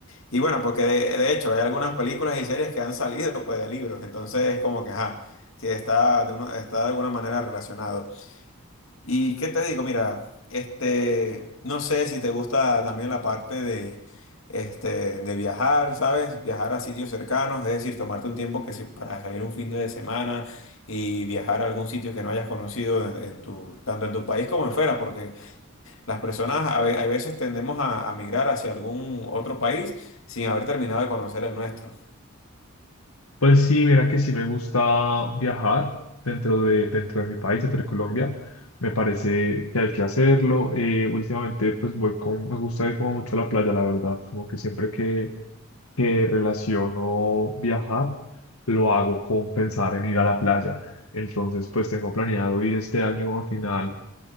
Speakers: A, on the left; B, on the left.
A: Y bueno, porque de, de hecho hay algunas películas y series que han salido pues, de libros, entonces es como que, ajá, sí, está de, una- está de alguna manera relacionado. ¿Y qué te digo? Mira, este, no sé si te gusta también la parte de, este, de viajar, ¿sabes? Viajar a sitios cercanos, es decir, tomarte un tiempo que si para salir un fin de semana y viajar a algún sitio que no hayas conocido en, en tu, tanto en tu país como en fuera, porque las personas a, ve- a veces tendemos a, a migrar hacia algún otro país sin haber terminado de conocer el nuestro.
B: Pues sí, mira que sí me gusta viajar dentro de, dentro de mi país, dentro de Colombia. Me parece que hay que hacerlo. Eh, últimamente, pues voy con, me gusta ir como mucho a la playa, la verdad. Como que siempre que, que relaciono viajar, lo hago con pensar en ir a la playa. Entonces, pues tengo planeado ir este año a final